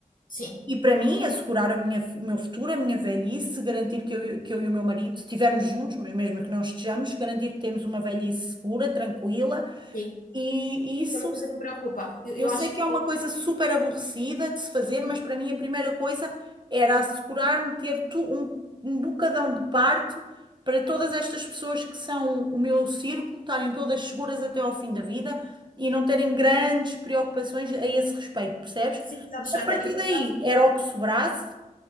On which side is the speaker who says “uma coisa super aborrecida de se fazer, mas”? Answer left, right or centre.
Right